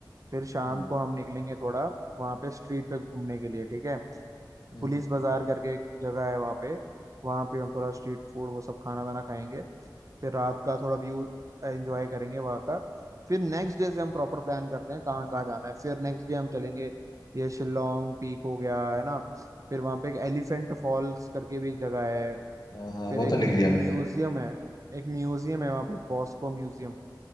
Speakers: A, on the right; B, on the left.
A: फिर शाम
B: हम्म,
A: को हम निकलेंगे थोड़ा वहाँ पे स्ट्रीट पे घूमने के लिए ठीक है
B: हम्म,
A: पुलिस बाजार करके एक जगह है वहाँ पे वहाँ पे हम थोड़ा स्ट्रीट फूड वो सब खाना वाना खाएंगे फिर रात का थोड़ा व्यू एंजॉय करेंगे वहाँ का फिर नेक्स्ट डे से हम प्रॉपर प्लान करते हैं कहाँ कहाँ जाना है फिर नेक्स्ट डे हम चलेंगे ये शिलोंग पीक हो गया है ना फिर वहाँ पे एक एलिफेंट फॉल्स करके भी एक जगह है
B: हाँ हाँ,
A: फिर
B: वो
A: एक
B: तो लिख
A: म्यूजियम
B: लिया मैंने
A: है एक म्यूजियम है वहाँ पे बॉस्को म्यूजियम